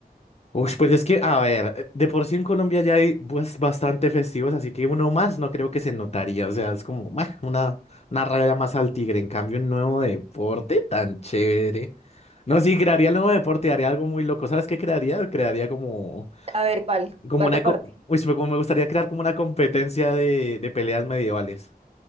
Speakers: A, on the left; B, on the right.
A: Uy, pues es que, a ver, eh, de por sí en Colombia ya hay pues, bastante festivos, así que uno más no creo que se notaría, o sea, es como meh, una, una raya más al tigre, en cambio un nuevo deporte tan chévere. No, sí, crearía el nuevo deporte, haría algo muy loco, ¿sabes qué crearía? Crearía como,
B: a ver, ¿cuál?
A: como
B: ¿Cuál
A: una,
B: deporte?
A: co- uy, pero como me gustaría crear como una competencia de, de peleas medievales,